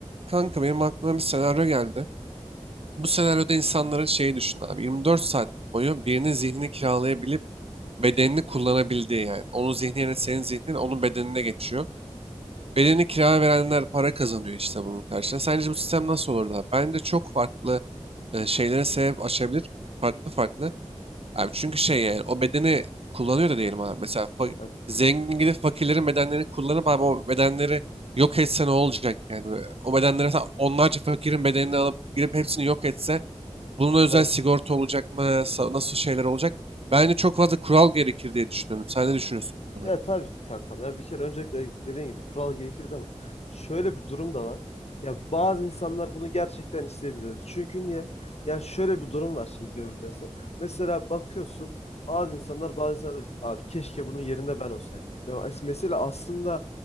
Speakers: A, on the right; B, on the left.
A: Kanka benim aklıma bir senaryo geldi. Bu senaryoda insanların şeyi düşün abi. 24 saat boyu birinin zihnini kiralayabilip bedenini kullanabildiği yani. Onun zihni yerine senin zihnin onun bedenine geçiyor. Bedeni
B: Hı,
A: kiraya verenler para kazanıyor işte bunun karşılığında. Sence bu sistem nasıl olurdu abi? Bence çok farklı e, şeylere sebep açabilir. Farklı farklı. Abi çünkü şey yani o bedeni kullanıyor da diyelim abi. Mesela fa-
B: Evet.
A: zengin gidip fakirlerin bedenlerini kullanıp abi o bedenleri yok etse ne olacak yani? O bedenleri mesela onlarca fakirin bedenini alıp girip hepsini yok etse bunun özel
B: Evet.
A: sigorta olacak mı? Sa- Nasıl şeyler olacak? Bence çok fazla kural gerekir diye düşünüyorum. Sen ne düşünüyorsun bu konu
B: Ya
A: hakkında?
B: tabii ki kankam. Ya bir kere öncelikle dediğin gibi kural gerekir değil mi? Şöyle bir durum da var. Ya bazı insanlar bunu gerçekten isteyebilir. Çünkü niye? Ya şöyle bir durum var şimdi günümüz dünyasında. Mesela bakıyorsun bazı insanlar bazı insanlar abi keşke bunun yerinde ben olsaydım. Ya as- mesela aslında